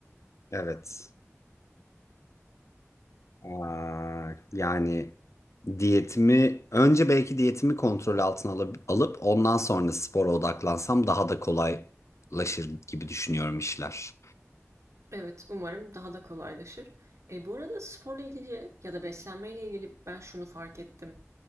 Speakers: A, on the left; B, on the right.
A: Evet. Aa, yani diyetimi önce belki diyetimi kontrol altına alıp, alıp ondan sonra spora odaklansam daha da kolaylaşır gibi düşünüyorum işler.
B: Evet umarım daha da kolaylaşır. E, bu arada sporla ilgili ya da beslenmeyle ilgili ben şunu fark ettim.